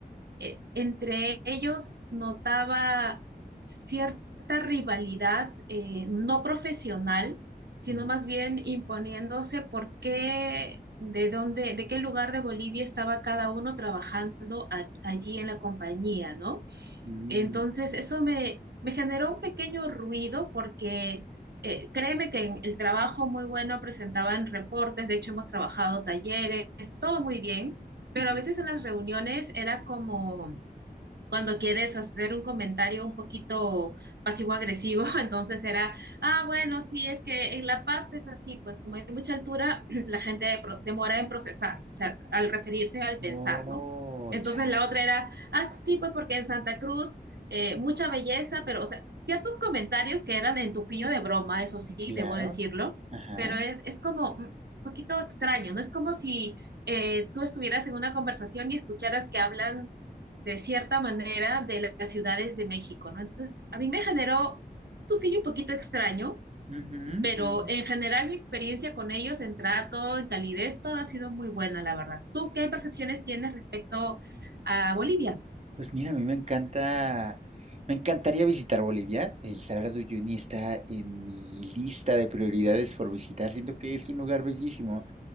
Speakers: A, on the right; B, on the right.
A: eh, entre ellos notaba cierta rivalidad eh, no profesional, sino
B: ujú,
A: más bien imponiéndose por qué, de dónde, de qué lugar de Bolivia estaba cada uno trabajando a- allí en la compañía, ¿no?
B: ujú,
A: Entonces, eso me, me generó un pequeño ruido porque... eh, créeme que en el trabajo muy bueno presentaban reportes, de hecho hemos trabajado talleres, todo muy bien, pero
B: ujú.
A: a veces en las reuniones era como, cuando quieres hacer un comentario un poquito pasivo-agresivo, <laughs> entonces era, ah, bueno, sí, es que en La Paz es así, pues como hay mucha altura, <clears throat> la gente pro- demora en procesar, o sea, al referirse al pensar,
B: Oh,
A: ¿no? Entonces
B: ya.
A: la otra era, ah, sí, pues porque en Santa Cruz eh, mucha belleza, pero, o sea, ciertos comentarios que eran en tu filo de broma, eso sí,
B: Claro.
A: debo decirlo,
B: Ajá.
A: pero es, es como un poquito extraño, ¿no? Es como si eh, tú estuvieras en una conversación y escucharas que hablan de cierta manera de las ciudades de México, ¿no? Entonces, a mí me generó un fillo un poquito extraño,
B: ujú,
A: pero
B: ujú.
A: en general mi experiencia con ellos en trato, en calidez, todo ha sido muy buena, la verdad. ¿Tú qué percepciones tienes respecto a Bolivia?
B: Pues mira, a mí me encanta, me encantaría visitar Bolivia. El Salar de Uyuni está en mi lista de prioridades por visitar. Siento que es un lugar bellísimo.